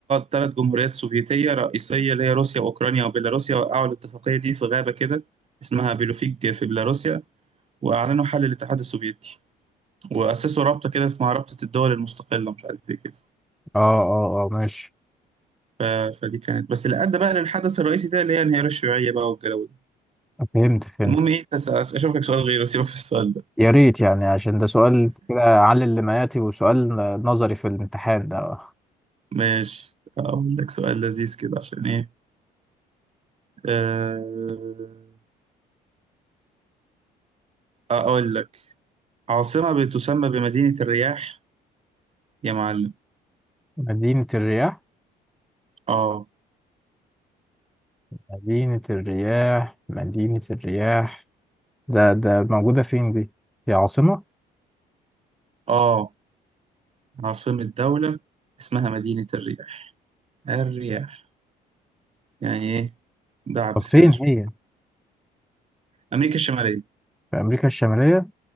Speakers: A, on the right; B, in the centre.
A: ثلاث جمهوريات سوفيتية رئيسية اللي هي روسيا وأوكرانيا وبيلاروسيا وقعوا الاتفاقية دي في غابة كده اسمها بيلوفيج في بيلاروسيا وأعلنوا حل الاتحاد السوفيتي وأسسوا رابطة كده اسمها رابطة الدول المستقلة مش عارف إيه كده
B: اه اه اه ماشي
A: ف... فدي كانت بس اللي أدى بقى للحدث الرئيسي ده اللي هي انهيار الشيوعية بقى والجو ده
B: فهمت فهمت
A: المهم إيه تس... أشوف لك سؤال غيره سيبك في السؤال ده
B: يا ريت يعني عشان ده سؤال كده علل اللي وسؤال نظري في الامتحان ده
A: ماشي أقول لك سؤال لذيذ كده عشان إيه أه... أقول لك عاصمة بتسمى بمدينة الرياح يا معلم
B: مدينة الرياح
A: آه
B: مدينة الرياح مدينة الرياح ده ده موجودة فين دي؟ هي عاصمة؟
A: آه عاصمة دولة اسمها مدينة الرياح الرياح يعني إيه دعبس
B: طب فين
A: كده شوية
B: هي؟
A: أمريكا الشمالية
B: في أمريكا الشمالية؟